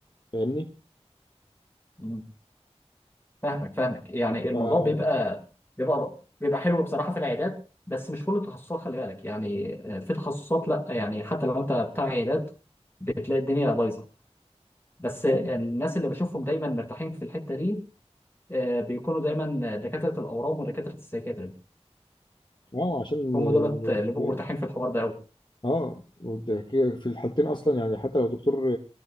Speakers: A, on the left (about 45°); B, on the left (about 20°).
A: فاهمني؟
B: امم فاهمك فاهمك يعني
A: فبتبقى-
B: الموضوع بيبقى بيبقى بيبقى حلو بصراحه في العيادات بس مش كل التخصصات خلي بالك يعني آه، في تخصصات لا يعني حتى لو انت بتاع عيادات بتلاقي الدنيا بايظه بس آه،
A: اه
B: الناس اللي بشوفهم دايما مرتاحين في الحته دي آه، بيكونوا دايما دكاتره الاورام ودكاتره السيكاتري
A: آه، عشان
B: هم
A: آه،
B: دولت اللي بيبقوا مرتاحين في الحوار ده قوي
A: اه وده- كده في الحالتين اصلا يعني حتى لو دكتور